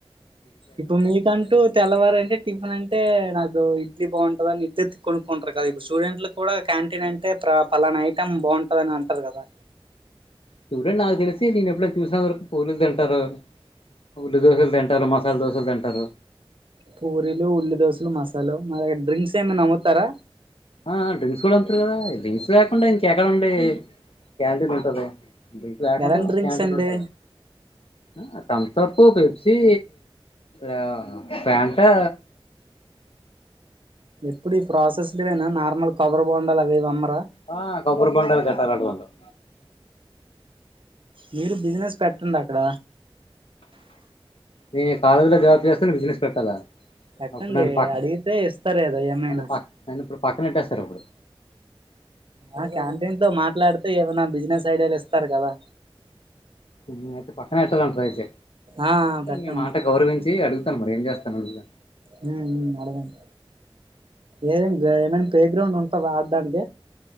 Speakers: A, on the right; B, on the left.
A: ఇప్పుడు మీ కంటూ తెల్లవారంది టిఫిన్ అంటే నాకు ఇడ్లీ బాగుంటుది అని ఇడ్లీ తి కొనుక్కుంటారు కదా ఇప్పుడు స్టూడెంట్లు కూడా క్యాంటీన్ అంటే ప్ర పలానా ఐటమ్ బాగుంటాది అని అంటారు కదా
B: స్టూడెంట్ నాకు తెలిసి నేను ఎప్పుడన్నా చూసినంత వరకు పూరిలు తింటారు ఉల్లి దోశలు తింటారు మసాలా దోశలు తింటారు
A: పూరీలు ఉల్లిదోశలు మసాలు మరి డ్రింక్స్ ఏమన్నా అమ్ముతార
B: ఆ ఆ డ్రింక్స్ కూడా అమ్ముతారు కదా డ్రింక్స్ లేకుండా ఇంకా ఎక్కడండి క్యాంటీన్ ఉంటాది డ్రింక్ లేకుండా
A: ఎలాంటి డ్రింక్స్
B: క్యాంటీన్
A: అండి
B: ఉంటాద ఆ థమ్సాప్ పెప్సీ ఆ ప్యాంటా
A: ఎప్పుడు ఈ ప్రాసెస్ లువేనా నార్మల్ కొబ్బరి బొండాలు అవి ఇవి అమ్మరా
B: ఆ కొబ్బరి బొండాలు గట్టాలట్టుండవు
A: మీరు బిజినెస్ పెట్టండి అక్కడ
B: నేను కాలేజ్ లో జాబ్ చేస్తాను బిజినెస్ పెట్టాలా
A: పెట్టండి
B: అప్పుడు నన్ను పక్క
A: అడిగితే ఇస్తారు కదా ఏమైనా
B: నన్ను పక్క నన్ను ఇప్పుడు పక్కన పెట్టేస్తారు ఇప్పుడు
A: ఆ క్యాంటీన్ తో మాట్లాడితే ఏమైనా బిజినెస్ ఐడియాలు ఇస్తారు కదా
B: నిను అయితే పక్కన పెట్టాలంటారు అయితే
A: ఆ పెట్టండి
B: మీ మాట గౌరవించి అడుగు తాను మరి ఏం చేస్తాను అడుగుతా
A: మ్మ్ హ్మ్ అడగండి ఏమి ఏమైనా ప్లే గ్రౌండ్ ఉంటందా ఆడ్డానికి